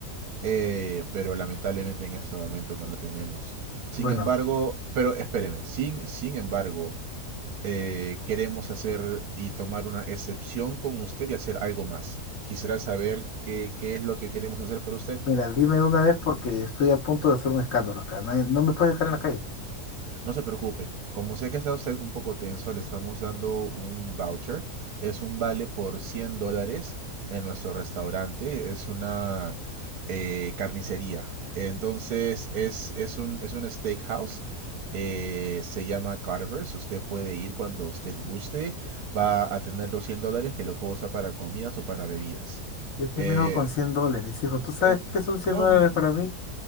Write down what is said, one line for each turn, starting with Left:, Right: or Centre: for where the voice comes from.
Right: Eh, pero lamentablemente en este momento no la tenemos. Sin
Left: Bueno.
Right: embargo, pero espéreme, sin, sin embargo, eh, queremos hacer y tomar una excepción con usted y hacer algo más. Quisiera saber qué, qué es lo que queremos hacer para usted.
Left: Mira, dime de una vez porque estoy a punto de hacer un escándalo acá. Nadie- No, me puedes dejar en la calle.
Right: No se preocupe, como sé que está usted un poco tenso, le estamos dando un voucher. Es un vale por 100 dólares en nuestro restaurante. Es una eh, carnicería. Entonces es, es un, es un steakhouse. eh, se llama Carver's. Usted puede ir cuando usted guste. Va a tener los 100 dólares que lo puedo usar para comidas o para bebidas.
Left: Yo qué
Right: Eh,
Left: me hago con 100 dólares, hijo. ¿Tú sabes
Right: eh,
Left: qué son 100
Right: no,
Left: dólares
Right: no,
Left: para mí?